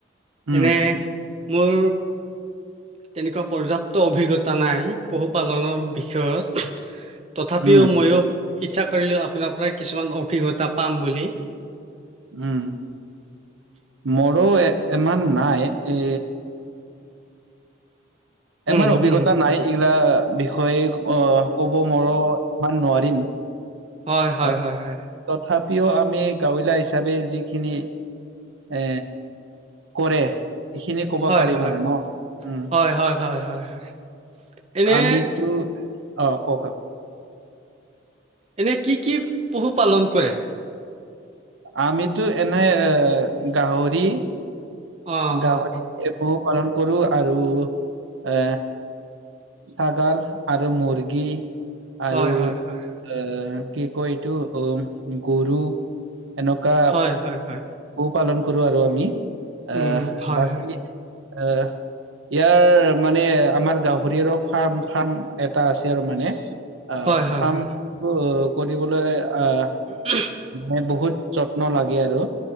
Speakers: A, on the right; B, on the right.
A: উম
B: এনে মোৰ তেনেকুৱা পৰ্যাপ্ত অভিজ্ঞতা নাই। পশু পালনৰ বিষয়ত। তথাপিও
A: উম
B: মইয়ো ইচ্ছা কৰিলো আপোনাৰ পৰা কিছুমান অভিজ্ঞতা পাম বুলি।
A: উম মোৰো ইমান নাই এ ইমান
B: উম,
A: অভিজ্ঞতা
B: উম।
A: নাই এইগিলা বিষয়ে, অ ক'ব মৰো ইমান নোৱাৰিম।
B: হয় হয়
A: অ,
B: হয় হয়।
A: তথাপিও আমি গাৱঁলীয়া হিচাপে যিখিনি এ কৰে সেইখিনি কব
B: হয়
A: পাৰিম
B: হয়
A: আৰু ন উম।
B: হয় হয় হয় হয় হয় এনে
A: আমিতো অ কওক
B: এনে কি কি পশু পালন কৰে?
A: আমিতো এনে এ গাহৰি
B: অ
A: গাহৰি
B: অ অ
A: এ পশু পালন। কৰো আৰু এ ছাগাল আৰু মুৰ্গী, আৰু
B: হয় হয় হয়
A: এ কি কয় এইটো অ গৰু এনেকুৱা
B: হয় হয় হয়
A: পশু পালন কৰো আৰু আমি এ
B: উম হয়
A: বাকী আহ ইয়াৰ মানে আমাৰ গাহৰিৰো ফাৰ্ম ফাৰ্ম এটা আছে আৰু মানে। আ
B: হয় হয়
A: ফাৰ্মটো
B: হয়
A: কৰিবলৈ আহ
B: <unintelligible>
A: মানে বহুত যত্ন লাগে আৰু